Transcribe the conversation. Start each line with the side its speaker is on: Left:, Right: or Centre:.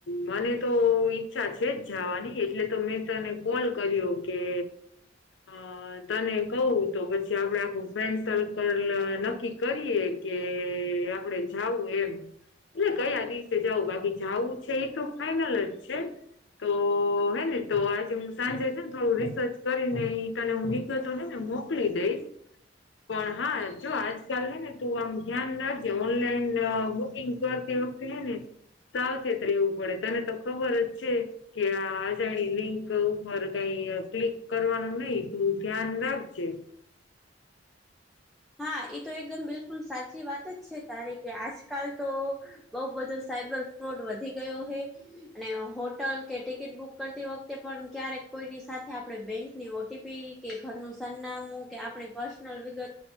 Left: મને તો ઈચ્છા છે જ જવાની એટલે તો મેં તને. કોલ કર્યો કે. અ તને કવ તો પછી આપડે આખું ફ્રેન્ડ સર્કલ નક્કી કરીએ. કે આપડે જઉું એમ. એટલે કયા દિવસે જવું બાકી જવું છે એ તો ફાાઈનલ જ છે. તો હે ને તો આજે હું સાંજે છે ને થોડું રિસર્ચ કરીને તને હું નીકળતો હ ને. <unintelligible> પણ હા જો આજકાલ હ ને તું આમ ધ્યાન રાખજે ઓનલાઈન બુકિંગ તીવ ને સાવચેત રહેવું પડે તને તો ખબર જ છે. કે આ અજાણી લિંક ઉપર કઈ ક્લિક કરવાનું નહી તું ધ્યાન રાખજે.
Centre: હા એ તો એકદમ બિલકુલ સાચી વાત જ છે તારે કે આજકાલ તો બઉ બધું સાયબર ફ્રોડ વધી ગયો હે. અને હોટલ કે ટિકિટ બુક કરતી વખતે પણ ક્યારેક કોઈની સાથે આપે બેંકની ઓટીપી કે ઘરનું સરનામું કે આપણી પર્સનલ વિગત